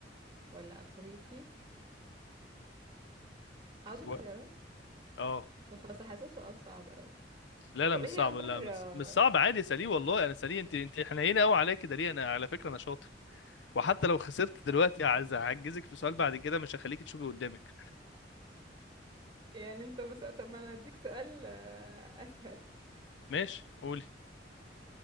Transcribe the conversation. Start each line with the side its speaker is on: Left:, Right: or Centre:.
Right: ولا افريقي عاوز
Left: و-
Right: اختيارات
Left: اه
Right: طب خلاص حاسس سؤال صعب قوي
Left: لا لا
Right: طب
Left: مش
Right: ايه
Left: صعب
Right: هي اكبر
Left: لا مش
Right: آه،
Left: مش صعب عادي يا سليم والله انا سليم انت انت حنينه قوي عليا كده ليه انا على فكره انا شاطر وحتى لو خسرت دلوقتي
Right: آه،
Left: هعز- هعجزك في سؤال بعد كده مش هخليك تشوفي قدامك
Right: يعني انت مثلا طب ما انا هديك سؤال آه، اسهل
Left: ماشي قولي